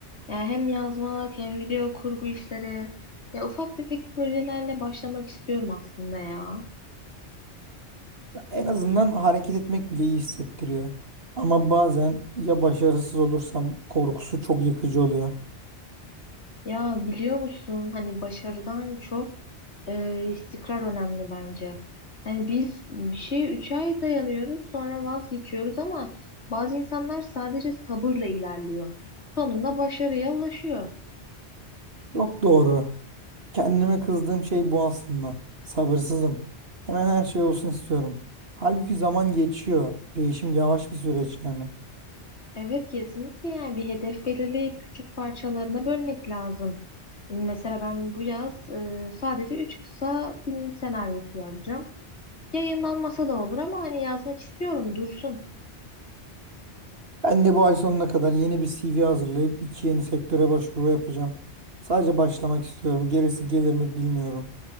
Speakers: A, on the left; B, on the right.
A: Yani hem yazmak hem video kurgu işleri. Ya ufak tefek projelerle başlamak istiyorum aslında ya.
B: En azından hareket etmek bile iyi hissettiriyor. Ama bazen ya başarısız olursam korkusu çok yıkıcı oluyor.
A: Ya biliyor musun hani başarıdan çok e, istikrar önemli bence. Hani biz bir şeye 3 ay dayanıyoruz sonra vazgeçiyoruz ama bazı insanlar sadece sabırla ilerliyor. Sonunda başarıya ulaşıyor.
B: Çok doğru. Kendime kızdığım şey bu aslında. Sabırsızım. Hemen her şey olsun istiyorum. Halbuki zaman geçiyor. Değişim yavaş bir süreç yani.
A: Evet kesinlikle yani bir hedef belirleyip küçük parçalarına bölmek lazım. Mesela ben bu yaz e, sadece 3 kısa film senaryosu yazacağım. Yayınlanmasa da olur ama hani yazmak istiyorum dursun.
B: Ben de bu ay sonuna kadar yeni bir CV hazırlayıp iki yeni sektöre başvuru yapacağım. Sadece başlamak istiyorum. Gerisi gelir mi bilmiyorum.